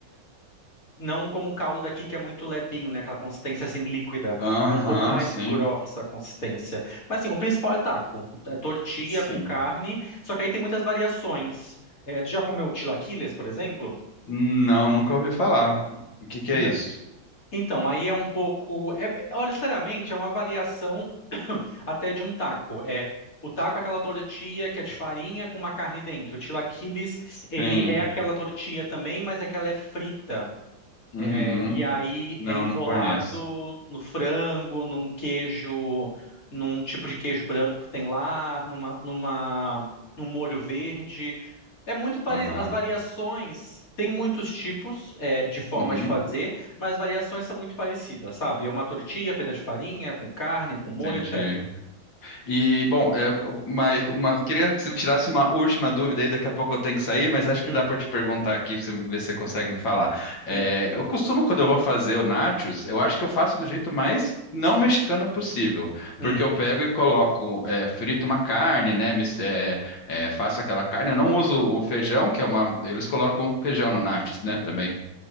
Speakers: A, on the left; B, on the left.
A: não como o caldo daqui, que é muito levinho, né? Aquela consistência assim líquida.
B: Aham,
A: É um pouco mais
B: sim.
A: grossa a consistência. Mas assim, o principal é taco. É tortilha
B: Sim.
A: com carne, só que aí tem muitas variações. É, tu já comeu tilaquiles, por exemplo?
B: Não, nunca ouvi falar. O que que
A: Então,
B: é isso?
A: então, aí é um pouco. é- é- olha, sinceramente, é uma variação <coughs> <clears throat> até de um taco. É, o taco é aquela tortilha que é de farinha com uma carne dentro. O tilaquiles,
B: Sim.
A: ele é aquela tortilha também, mas é que ela é frita.
B: Uhum.
A: É, E aí
B: Não,
A: é enrolado
B: não conheço.
A: no frango, num queijo, num tipo de queijo branco que tem lá, numa, numa, num molho verde. É muito pare...
B: Aham.
A: As variações, tem muitos tipos é, de forma
B: Uhum.
A: de fazer, mas as variações são muito parecidas, sabe? É uma tortilha feita de farinha, com carne, com
B: Entendi.
A: molho, etc.
B: E, bom, é, mas uma, queria que você me tirasse uma última dúvida aí, daqui a pouco eu tenho que sair, mas acho que
A: Hum,
B: dá para te perguntar aqui, pra você ver se você consegue me falar. É,
A: sim.
B: eu costumo, quando eu vou fazer o nachos, eu acho que eu faço do jeito mais não mexicano possível,
A: Hum,
B: porque eu pego e coloco, é, frito uma carne, né, mis- é, é, faço aquela carne, eu não uso o feijão, que é uma... Eles colocam feijão no nachos, né, também.